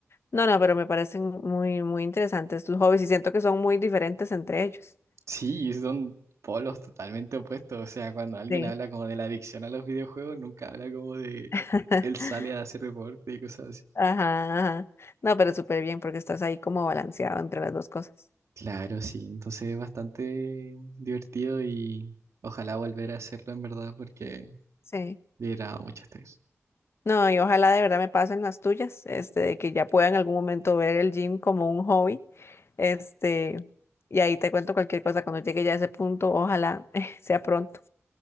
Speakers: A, on the left; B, on the right.
A: No, no, pero me parecen muy, muy interesantes tus hobbies y siento que son muy diferentes entre ellos.
B: Sí, y son polos totalmente opuestos. O sea, cuando alguien
A: Sí.
B: habla como de la adicción a los videojuegos, nunca habla como de
A: <laughs>
B: él sale a hacer deporte y cosas así.
A: Ajá, ajá. No, pero súper bien porque estás ahí como balanceado entre las dos cosas.
B: Claro, sí. Entonces es bastante divertido y ojalá volver a hacerlo en verdad porque
A: Sí.
B: le da mucho estrés.
A: No, y ojalá de verdad me pasen las tuyas, este, de que ya pueda en algún momento ver el gym como un hobby. Este, y ahí te cuento cualquier cosa cuando llegue ya a ese punto, ojalá <laughs> sea pronto.